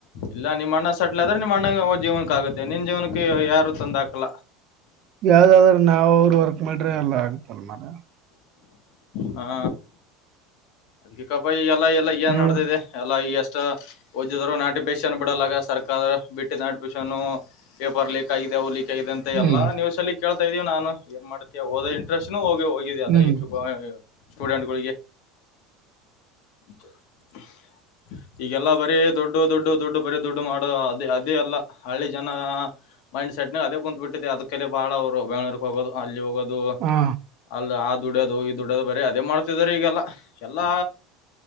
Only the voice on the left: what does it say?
ಇಲ್ಲ ನಿಮ್ಮ್ ಅಣ್ಣ ಸೆಟ್ಲ್ ಆದ್ರೆ ನಿಮ್ಮ ಅಣ್ಣ ಹ ಜೀವನಕ್ಕೆ ಆಗುತ್ತೆ ನಿನ್ ಜೀವನಕ್ಕೆ ಯಾರು ತಂದು ಹಾಕಲ್ಲ
ಹಾ ಅದ್ಕ್ಕಪ್ಪ ಈ ಎಲ್ಲಾ ಎಲ್ಲ ಏನ್
ನಡ್ದಿದೆ ಎಲ್ಲ ಈ ಎಷ್ಟ ಓದಿದ್ರು ನೋಟಿಫಿಕೇಶನ್ ಬಿಡಲ್ಲಾಗ ಸರ್ಕಾರ ಬಿಟ್ಟಿದ್ದ ನೋಟಿಫಿಕೇಶನ್ ಪೇಪರ್ ಲೀಕ್ ಆಗಿದೆ ಅವು ಲೀಕ್ ಅ
ಎಲ್ಲಾ ನ್ಸ್ ಅಲ್ಲಿ ಕೇತಾ ಇದ್ದೀ ನಾನ ಏ ಮಾಡತೇ ಹೋದ ಇಂಟೆಸ್ಟ್ನು ಹೋಗ ಹೋಗಿದ ಅಲ್ಲ
ಈ ಚು ಸ್ಟೂಡೆಂಟ್ಗಳಿಗೆ <unintelligible> ಈಗೆಲ್ಲಾ ಬರೀ ದೊಡ್ಡು ದೊಡ್ಡು ದೊಡ್ಡು ಬರೀ ದೊಡ್ಡು ಮಾಡೋ ಅದೇ ಅದೇ ಅಲ್ಲ ಹಳ್ಳಿ ಜನ ಹಾ ಮೈಂಡ್ ಸೆಟ್ ನ ಅದ ಕುಂತ್ಬಿಟ್ಟಿದೆ ಅದಕ್ಕೆಲ್ಲೇ ಬಾಳ ಅವರು ಬೆಂಗಳೂರಿಗೆ ಹೋಗೋದು ಅಲ್ಲಿ ಹೋಗೋದು ಅದು
ಅಲ್ಲಿ ಆ ದುಡೋದು ಈ ದುಡೋದು ಬರೀ ಅದೇ ಮಾಡ್ತಿದಿದ್ದಾರೆ ಈಗೆಲ್ಲ ಎಲ್ಲಾ